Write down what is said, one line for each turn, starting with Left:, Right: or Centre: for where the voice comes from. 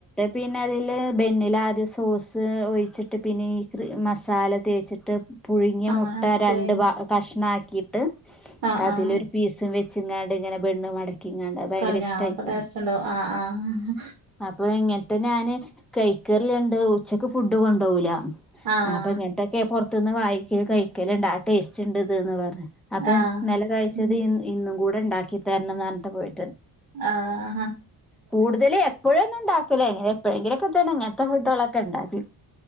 Centre: പിന്നെ അതില് ബെന്നിലാദ്യം സോസ് ഒഴിച്ചിട്ട് പിന്നെ ഈ ക്രീ മസാല തേച്ച്ട്ട് പുഴുങ്ങിയ
Right: അങ്ങനെ
Centre: മുട്ട രണ്ട്
Right: പോയി
Centre: ഭാ കഷ്ണാക്കിയിട്ട്
Right: ആഹ്
Centre: അതിലൊരു
Right: ആഹ്
Centre: പീസും വെച്ച് <unintelligible> ങ്ങാണ്ട് ഇങ്ങനെ ബെണ്ണ് മടക്കിങ്ങാണ്ട് അഹ്ഭയങ്കര
Right: കറിഞ്ഞ
Centre: ഇഷ്ടായിക്ക്ണ്.
Right: അപ്പൊ ടേസ്റ്റ് ഉണ്ടാവും ആഹ് ആഹ്
Centre: അപ്പൊ ഇങ്ങനത്തെ നാന് കൈക്കറല്ലെണ്ട് ഉച്ചക്ക് ഫുഡ് കൊണ്ടോ വൂല.
Right: ആഹ്
Centre: ആ അപ്പൊ ഇങ്ങനത്തക്കെ പോ റത്തുന്ന് വാങ്ങിക്കേ കഴിക്കല്ണ്ട് ആ ടേസ്റ്റ്ണ്ട് ഇത് ന്ന് പറഞ്ഞ് അപ്പൊ
Right: ആഹ്
Centre: ഇന്നല കഴിച്ചത്
Right: ഉം.
Centre: ഇന്ന് ഇന്നും കൂടെ ഇണ്ടാക്കി തരണംന്നറ്ഞ്ട്ടാ പോയേ
Right: ആഹഹ
Centre: കൂടുതൽ എപ്പോഴും ഒന്നു ണ്ടാക്കൂല്ലെങ്ങനെ എപ്പഴെങ്കിലും ഇ തന്നെ ഇങ്ങനത്തെ ഫുഡോളൊക്കെണ്ടാല്